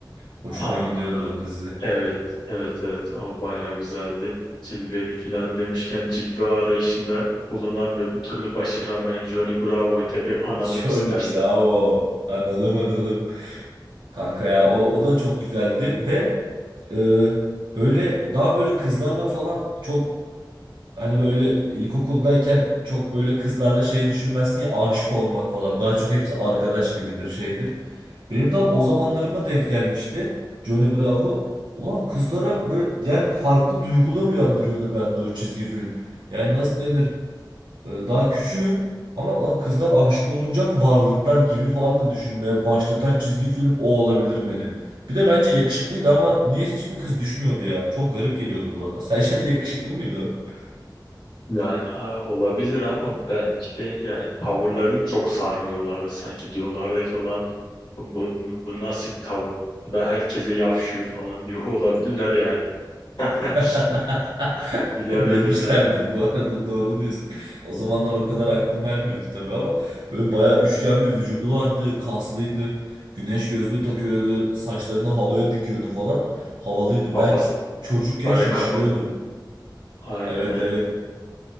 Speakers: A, on the right; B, on the left.
A: Hoşuma
B: Anladım.
A: gidiyordu o dizi.
B: Evet, evet, evet. O bayağı güzeldi. Cilveli filan demişken cilve arayışında bulunan ve bir türlü başaramayan Johnny Bravo'yu da bir analım
A: <laughs> Johnny
B: istersen.
A: Bravo. Analım analım. Kanka ya o, o da çok güzeldi ve e, böyle daha böyle kızlarla falan çok hani böyle ilkokuldayken çok böyle kızlarla şey düşünmezsin ya aşık olmak falan. Daha çok hepsi arkadaş gibidir şeydir. Benim tam o zamanlarıma denk gelmişti Johnny Bravo. Ulan kızlara böyle yani farklı duygular uyandırıyordu bende o çizgi film. Yani nasıl denir? Ee, Daha küçüğüm ama ulan kızlar aşık olunacak varlıklar gibi falan da düşünmeye başlatan çizgi film o olabilir beni. Bir de bence yakışıklıydı ama niyeyse hiçbir kız düşmüyordu ya. Çok garip geliyordu bana. <laughs> Sence de yakışıklı mıydı o?
B: Yani a- olabilir ama belki de yani tavırlarını çok sarmıyorlardı sanki diyorlardı ki olan bu, bu, bu bu nasıl bir tavır? Bu da herkese yavşıyor falan diyor olabilirler yani. <laughs>
A: <laughs>
B: Bilemedim
A: Demişlerdir
B: ya.
A: bu arada doğru diyorsun. O zamanlar o kadar aklım ermiyordu tabii ama böyle bayağı üçgen bir vücudu vardı, kaslıydı. Güneş gözlüğü takıyordu, saçlarını havaya dikiyordu falan. Havalıydı.
B: Kafası
A: Ben çocukken
B: kare
A: şaşırıyordum.
B: kafa. Aynen
A: Evet
B: aynen.
A: evet.